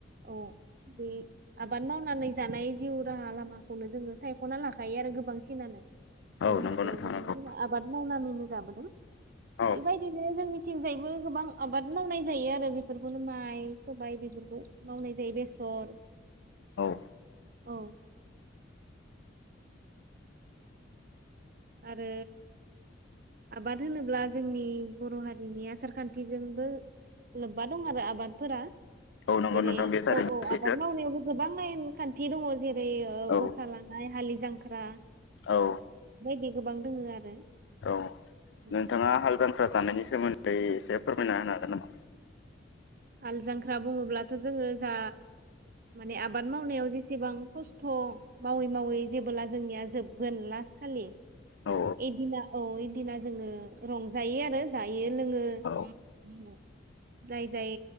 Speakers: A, on the right; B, on the left.
A: औ बे आबाद मावनानै जानाय जिउ राहा लामाखौनो जोङो सायखना लाखायो आरो गोबांसिन नानो।
B: औ
A: बर'
B: नंगौ
A: हारियाव
B: नोंथां
A: गोबांसिन
B: नंगौ
A: आबाद मावनानैनो जाबो <unintelligible>
B: औ
A: बेबायदिनो जोंनि थिंजायबो गोबां आबाद मावनाय जायो आरो बेफोरखौनो माइ सबाय बेफोरखौ मावनाय जायो बेसर।
B: औ।
A: औ। आरो आबाद होनोब्ला जोंनि बर' हारिनि आसार खान्थिजोंबो लोब्बा दं आरो आबादफोरा
B: औ नंगौ
A: जेरै
B: नोंथां
A: औ
B: बे थारैनो
A: औ
B: सैथो
A: आबाद मावनायावबो गोबां लाइन खान्थि दङ जेरै
B: औ
A: गसा लानाय हालि जांख्रा
B: औ।
A: दि गोबां दोङो आरो।
B: औ
A: औ
B: नोंथाङा हालजांख्रा जानायनि सोमोन्दै एसे फोरमायना होनो हागोन नामा?
A: हाल जांख्रा बुङोब्लाथ जोङो जा माने आबाद मावनायाव जेसेबां खस्थ मावै मावै जेबोला जोंनिया जोबगोन लास्ट खालि
B: औ
A: इदिना औ इदिना जोङो रंजायो आरो जायो लोंङो
B: औ
A: औ। जाय जाय